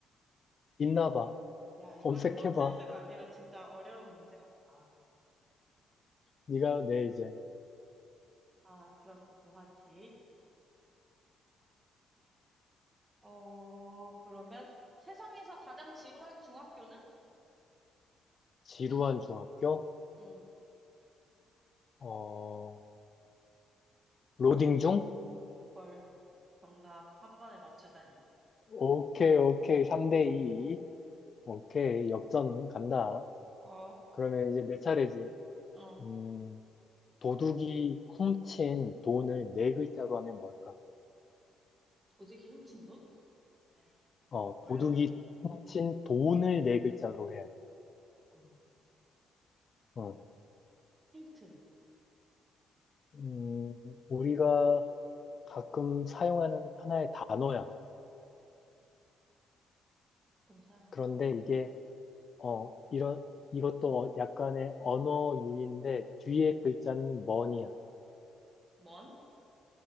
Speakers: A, on the left; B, on the right.
A: 있나 봐.
B: 야, 이건
A: 검색해봐.
B: 넌센스가 아니라
A: <laughs>
B: 진짜 어려운 문제 같다.
A: 네가 내 이제
B: 아, 그러면 뭐 하지? 어, 그러면 세상에서 가장 지루한 중학교는?
A: 지루한 중학교,
B: 응,
A: 어, 로딩 중?
B: 헐. 정답 한 번에 맞추다니.
A: 오케이, 오케이. 3대2. 오케이. 역전 간다.
B: 어,
A: 그러면 이제 내 차례지.
B: 어,
A: 음, 도둑이 훔친 돈을 네 글자로 하면 뭘까?
B: 조직이 훔친 돈? 에이씨,
A: 어,
B: 어려운데?
A: 도둑이 훔친 돈을 네 글자로 해야 돼.
B: 돈.
A: 어,
B: 힌트.
A: 음, 우리가 가끔 사용하는 하나의 단어야.
B: 그럼 사용하는
A: 그런데
B: 단어?
A: 이게, 어, 이런, 이것도 약간의 언어 유희인데, 뒤에
B: 응.
A: 글자는 money야.
B: 먼?